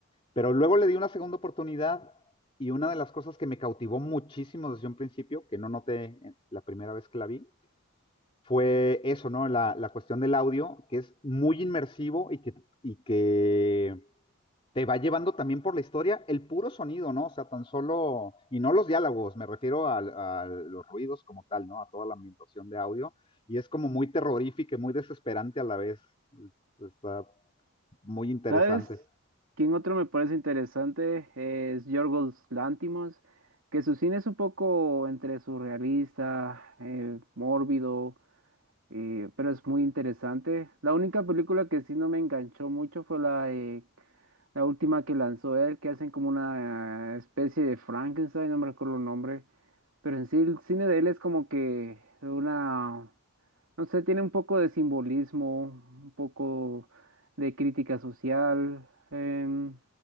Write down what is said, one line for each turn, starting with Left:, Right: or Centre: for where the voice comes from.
Left: Pero luego le di una segunda oportunidad y una de las cosas que me cautivó muchísimo desde un principio, que no noté la primera vez que la vi, fue eso, ¿no? La, la cuestión del audio, que es muy inmersivo y que, y que te va llevando también por la historia el puro sonido, ¿no? O sea, tan solo, y no los diálogos, me refiero a a, los ruidos como tal, ¿no? A toda la ambientación de audio, y es como muy terrorífica y muy desesperante a la vez. Está muy interesante.
Right: ¿Sabes? ¿Quién otro me parece interesante? Es Yorgos Lantimos, que su cine es un poco entre surrealista, eh, mórbido, eh, pero es muy interesante. La única película que sí no me enganchó mucho fue la, eh, la última que lanzó él, que hacen como una especie de Frankenstein, no me recuerdo el nombre, pero en sí el cine de él es como que una... No sé, tiene un poco de simbolismo, un poco de crítica social. em,